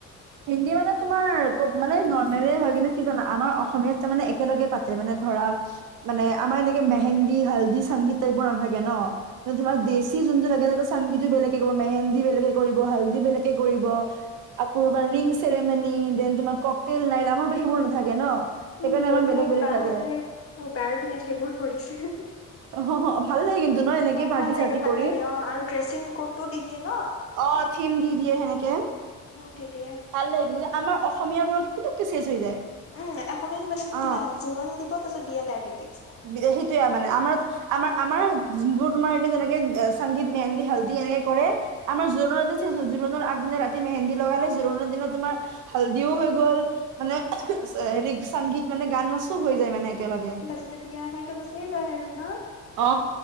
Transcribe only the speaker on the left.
উম
মোৰ,
মোৰ
বা হতে
মোৰ বাৰ বিয়াত সেইবোৰ কৰিছে।
অ',
ভাল লাগে
ভাল
লাগে অ আৰু ড্ৰেচিং ক'ডটো দি দিয়ে ন।
অ', দি দিয়ে।
উম এ অসমীয়াত মানে
জোৰন দিব তাৰপিত বিয়া ডাইৰেক্টকে।
তেতিয়া হয়তো গুচিয়েই যায় আৰু ন